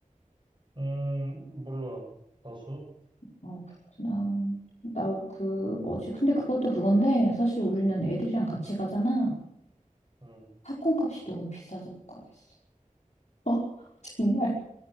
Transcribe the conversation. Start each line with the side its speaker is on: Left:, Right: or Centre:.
Right: 음, 몰라. 다수?
Left: 어, 그렇구나. 나 그, 뭐지? 근데 그것도 그건데, 사실 우리는 애들이랑 같이 가잖아.
Right: 음,
Left: 팝콘 값이 너무 비싸서 못 가겠어. <laughs> 어, 정말.